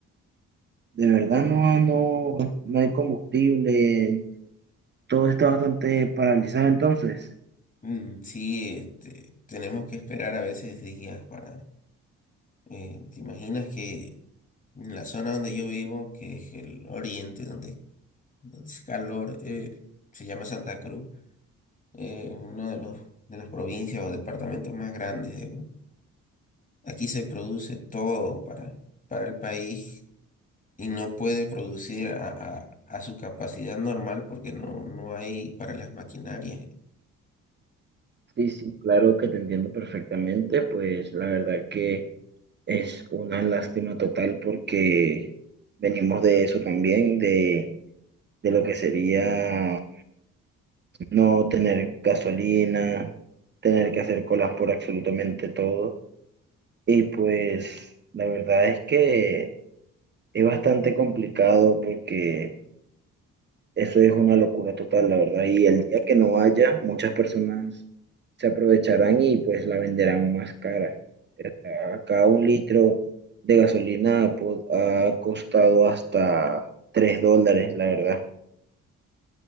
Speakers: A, on the right; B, on the left.
A: De verdad no, no, no hay combustible, todo está bastante paralizado entonces.
B: Mm, sí, este, tenemos que esperar a veces días para Eh, ¿te imaginas que en la zona donde yo vivo, que es el oriente, donde, donde es calor, eh, se llama Santa Cruz, eh, uno de los, de las provincias o departamentos más grandes, digamos. Aquí se produce todo para, para el país y no puede producir a, a- a su capacidad normal porque no, no hay para las maquinarias.
A: Sí, sí, claro que te entiendo perfectamente, pues la verdad que es una lástima total porque venimos de eso también, de, de lo que sería no tener gasolina, tener que hacer colas por absolutamente todo. Y pues la verdad es que es bastante complicado porque... Eso es una locura total, la verdad. Y el día que no haya, muchas personas se aprovecharán y pues la venderán más cara. Acá un litro de gasolina po- ha costado hasta 3 dólares, la verdad.